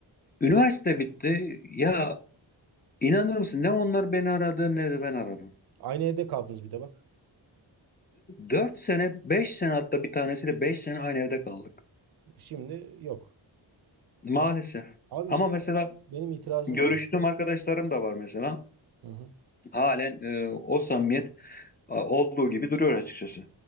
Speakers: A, on the left; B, on the right.
A: Üniversite bitti. Ya inanır mısın ne onlar beni aradı ne de ben aradım.
B: Aynı evde kaldınız bir de bak.
A: dört sene beş sene hatta bir tanesiyle 5 sene aynı evde kaldık.
B: Şimdi yok.
A: Maalesef.
B: Abi
A: Ama
B: işte
A: mesela
B: benim itirazım
A: görüştüğüm
B: var.
A: arkadaşlarım da var mesela.
B: Hı hı.
A: Halen e, o samimiyet e, olduğu gibi duruyor açıkçası.